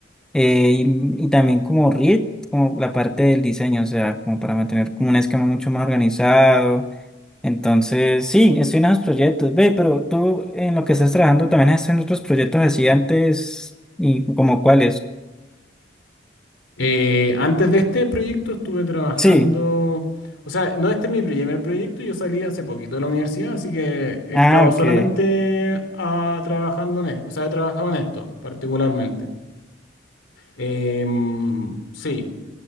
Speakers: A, in the centre; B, on the left.
A: eh, y, y también como React, como la parte del diseño, o sea, como para mantener como un esquema mucho más organizado. Entonces, sí, estoy en esos proyectos. Ve, pero tú en lo que estás trabajando también has hecho en otros proyectos así antes y como cuáles.
B: Eh, antes de este proyecto estuve trabajando,
A: Sí.
B: o sea, no este es mi primer proyecto, yo salí hace poquito de la universidad, así que he
A: Ah,
B: estado solamente
A: ok.
B: ah, trabajando en esto, o sea, he trabajado en esto particularmente. Em, sí,